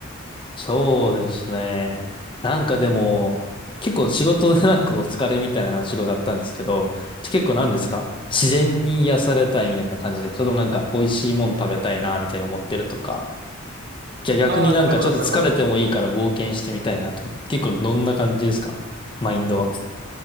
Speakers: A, on the left; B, on the right.
A: そうですね。なんかでも、結構仕事でなんかお疲れみたいな話伺ったんですけど、結構何ですか自然に癒されたいみたいな感じで、それともなんか美味しいもの食べたいなみたいに思ってるとか、じゃあ逆になんかちょっと疲れてもいいから冒険してみたいなと、
B: ああー、なるほど、なるほど。
A: 結構どんな感じですかマインドは。